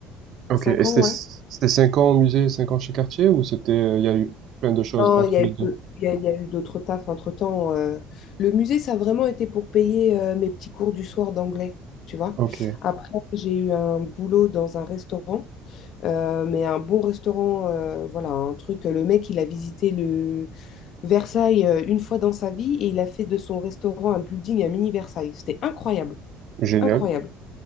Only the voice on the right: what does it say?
Ok,
et c'était
c'était cinq ans au musée, cinq ans chez Cartier ou c'était euh, il y a eu plein de choses
entre
les
deux?
Ok,
génial.